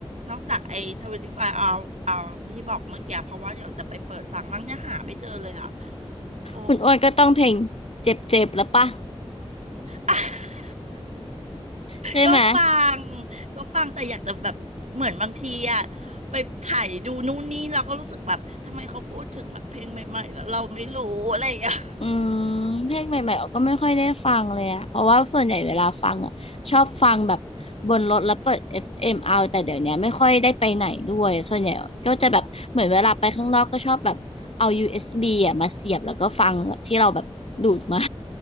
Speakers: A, on the right; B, on the left.
A: นอกจากไอ้ทเวนตี้ไฟว์เอาเอาที่บอกเมื่อกี้เพราะว่าเดี๋ยวจะไปเปิดฟังบ้างเนี่ยหาไม่เจอเลยอ่ะโอ้
B: คุณอ้วนก็ต้องเพลงเจ็บๆแล้วปะ
A: <laughs>
B: ใช่ไหม
A: ก็ฟังก็ฟังแต่อยากจะแบบเหมือนบางทีอะไปไถ่ายดูนู่นนี่เราก็รู้สึกแบบทำไมเขาพูดถึงแบบเพลงใหม่ๆแล้วเราไม่รู้อะไรอย่างเงี้ย
B: อืมเพลงใหม่ๆออกก็ไม่ค่อยได้ฟังเลยอะเพราะว่าส่วนใหญ่เวลาฟังอะชอบฟังแบบบนรถแล้วเปิดเอฟเอมเอาแต่เดี๋ยวเนี้ยไม่ค่อยได้ไปไหนด้วยส่วนใหญ่ก็จะแบบเหมือนเวลาไปข้างนอกก็ชอบแบบเอา USB อสบีอะมาเสียบแล้วก็ฟังแบบที่เราแบบดูดมา